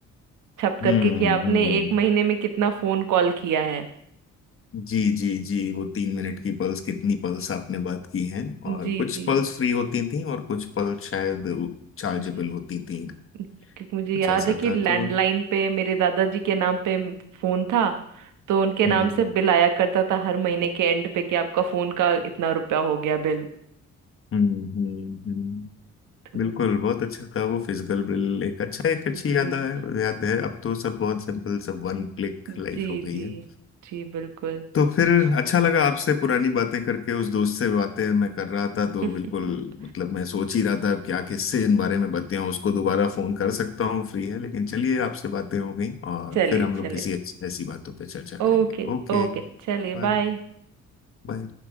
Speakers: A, on the right (about 85°); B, on the left (about 45°).
A: छप करके
B: हम्म
A: कि आपने
B: हम्म
A: एक महीने में कितना फोन कॉल किया है
B: जी जी जी वो तीन मिनट की पल्स कितनी पल्स आपने बात की हैं और
A: जी
B: कुछ
A: जी
B: पल्स फ्री होती थी और कुछ पल्स शायद चार्जेबल
A: जी
B: होती थी
A: क्योंकि मुझे
B: कुछ
A: याद
B: ऐसा
A: है कि
B: था
A: लैंडलाइन
B: तो
A: पे मेरे दादाजी के नाम पे म- फोन था तो उनके
B: हम्म
A: नाम से बिल आया करता था हर महीने के एंड पे कि आपका फोन का इतना रुपया हो गया बिल
B: हम्म हम्म हम्म,
A: तो
B: बिल्कुल बहुत अच्छा था वो फिजिकल बिल एक अच्छा एक अच्छी
A: जी
B: याद है याद है अब तो सब बहुत सिंपल सब वन क्लिक
A: जी
B: लाइफ हो गई
A: जी
B: है
A: जी बिल्कुल
B: तो फिर अच्छा लगा आपसे पुरानी बातें करके उस दोस्त से बातें मैं कर रहा था तो
A: <laughs>
B: बिल्कुल मतलब मैं सोच ही रहा था क्या किससे इन बारे में बातें हों उसको दोबारा फोन कर सकता हूँ फ्री है लेकिन चलिए आपसे बातें हो गई और
A: चलिए
B: फिर हम लोग
A: चलिए
B: किसी अच्छी- ऐसी बातों पर चर्चा करेंगे
A: ओके
B: ओके
A: ओके चलिए
B: बाय
A: बाय
B: बाय